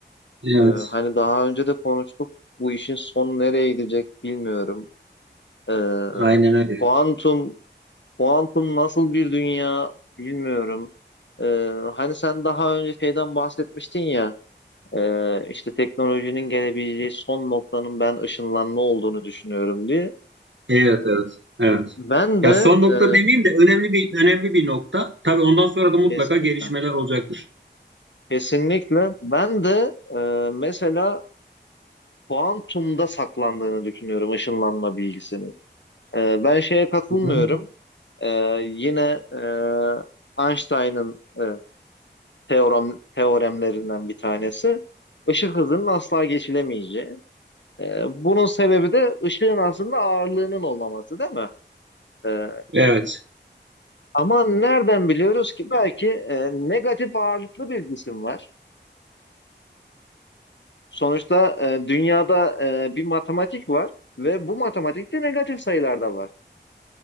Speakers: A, on the right (about 80°); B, on the left (about 75°).
A: Evet,
B: E, hani daha önce de konuştuk. Bu işin sonu nereye gidecek bilmiyorum. E,
A: aynen öyle.
B: kuantum kuantum nasıl bir dünya bilmiyorum. E, hani sen daha önce şeyden bahsetmiştin ya. Ee, işte teknolojinin gelebileceği son noktanın ben ışınlanma olduğunu düşünüyorum diye.
A: Evet, evet, evet.
B: Ben
A: Ya
B: de
A: son nokta
B: e,
A: demeyeyim de önemli bir önemli bir nokta. Tabii ondan sonra da mutlaka
B: kesinlikle
A: gelişmeler olacaktır.
B: kesinlikle ben de e, mesela kuantumda saklandığını düşünüyorum ışınlanma bilgisinin. E, ben şeye katılmıyorum.
A: Hı hı.
B: E, yine e, Einstein'ın e, teorem teoremlerinden bir tanesi. ışık hızının asla geçilemeyeceği. E, bunun sebebi de ışığın aslında ağırlığının olmaması, değil mi? E,
A: Evet,
B: Ama nereden biliyoruz ki belki e, negatif ağırlıklı bir cisim var. Sonuçta e, dünyada e, bir matematik var ve bu matematikte negatif sayılar da var.